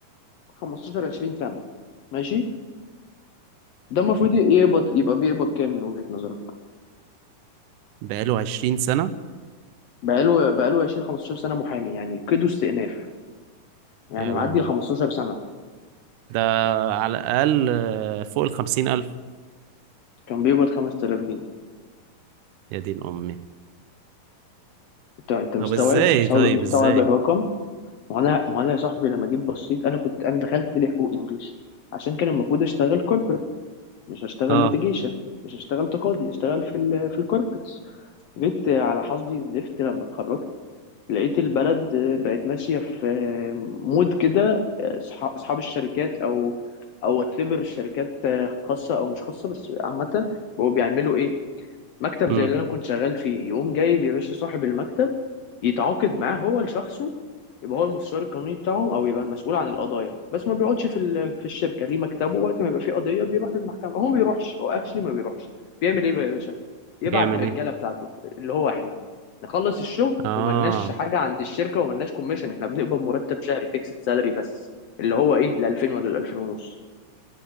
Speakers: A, on the left; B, on the right.
A: 15 20 سنه ماشي ده المفروض يقبض يبقى بيقبض كام من وجهه نظرك
B: بقاله 20 سنه
A: بقاله بقاله 20 15 سنه محامي يعني كده استئناف يعني
B: يا لهوي
A: معدي 15 سنه
B: ده على الاقل آه، فوق ال 50000
A: كان بيقبض 5000 جنيه
B: يا دين امي
A: انت انت مستوعب
B: طب ازاي
A: مستوعب
B: طيب
A: مستوعب
B: ازاي
A: الرقم ما انا ما انا يا صاحبي لما جيت بصيت انا كنت انا دخلت لحقوق انجليش عشان كان المفروض اشتغل corporate مش هشتغل
B: اه
A: ليتيجيشن مش هشتغل تقاضي هشتغل في ال في الكوربريتس جيت على حظي زفت لما اتخرجت لقيت البلد بقت ماشيه في مود كده أصح- اصحاب الشركات او او وات ايفر الشركات خاصه او مش خاصه بس عامه بقوا بيعملوا ايه مكتب
B: امم
A: زي اللي انا كنت شغال فيه يقوم جايب يا باشا صاحب المكتب يتعاقد معاه هو لشخصه يبقى هو المستشار القانوني بتاعهم او يبقى المسؤول عن القضايا بس ما بيقعدش في ال- في الشركه ليه مكتبه وقت ما يبقى فيه قضيه بيروح المحكمه هو ما بيروحش هو اكشلي ما بيروحش بيعمل ايه بقى يا باشا يبعت
B: بيعمل
A: الرجاله
B: ايه
A: بتاعته اللي هو احنا نخلص الشغل
B: اه
A: وملناش حاجه عند الشركه وملناش كوميشن احنا بنقبض مرتب شهري فيكسد سالري بس اللي هو ايه ال 2000 ولا ال 2000 ونص